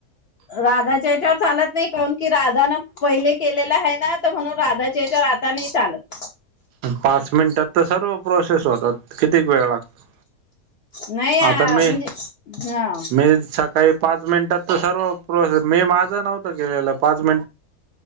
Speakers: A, on the left; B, on the right.
A: राधाचे याच्यावर चालत नाही काउनकी की पहिले केल आलेला आहे ना म्हणून राधाच्या याच्यावर आता नाही चालत
B: पाच मिनिटात तर सर्व प्रोसेस होतात कितीक वेळ लागतो
A: नाही आ,
B: आता मी
A: म्हणजे हा
B: मी सकाळी पाच मिनिटात तर सर्व प्रोसेस मी माझं नव्हत केलेलं पाच मिनट